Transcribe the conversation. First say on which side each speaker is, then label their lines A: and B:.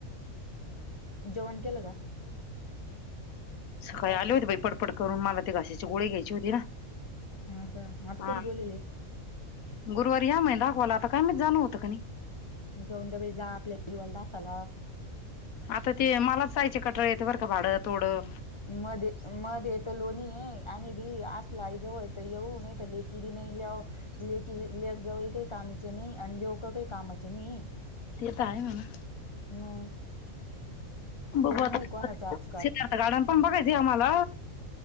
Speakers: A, on the left; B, on the left.
A: जेवण केलं का?
B: सकाळी
A: का
B: आले
A: ताई
B: होते बाई पडपड करून, मला ते घशाची गोळी घ्यायची होती ना.
A: हा त, आता
B: हा
A: कधी बोलावले?
B: गुरुवारी या म्हणे दाखवायला, आता काय माहित चालू होतं क नाही.
A: जाऊन द्या बाई, जा आपल्या जीवाला दाखाला.
B: आता ते मलाच जायचे कटाळा येते बरं का, भाडं तोडं
A: मध्ये मध्ये तर लोणी आहे, आम्ही बी असलं आईजवळ तर येऊ नाय तर लेकी भी नाही आल्याव, लेकी लेक जावई काय कामाचे नाही आणि ल्योक काही कामाचे नाही.
B: ते त आहे म्हणा.
A: मग कोण
B: बघु आता
A: नाही कोणाच आजकाल
B: सिद्धार्थ गार्डन पण बघायचं आम्हाला